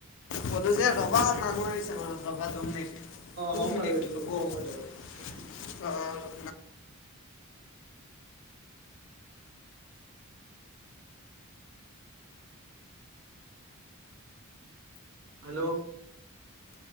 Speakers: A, on the left; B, on the right.
A: কলো যে ৰবা মানুহ আহিছে ঘৰত ৰবা দুই মিনিট। টু
B: হ'ম
A: মিনিট
B: বাৰু এইটো
A: ৰুকো
B: সময়ত আৰু।
A: <inaudible>
B: হেল্ল'